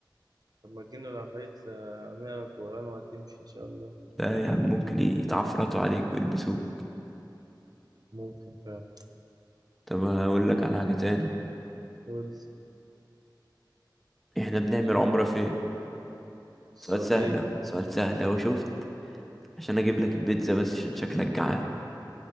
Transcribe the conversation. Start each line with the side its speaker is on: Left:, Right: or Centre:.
Right: طب ما تجينا العفاريت آه، نقرا قرآن وهتمشي إن شاء الله
Centre: لا يا عم ممكن يتعفرطوا عليك ويلبسوه
Right: ممكن فعلا
Centre: طب هقول لك على حاجة تاني
Right: قول
Centre: احنا بنعمل عمرة فين
Right: السعودية
Centre: سؤال سهل اهو، سؤال سهل اهو شفت عشان اجيب لك البيتزا بس عشان شكلك جعان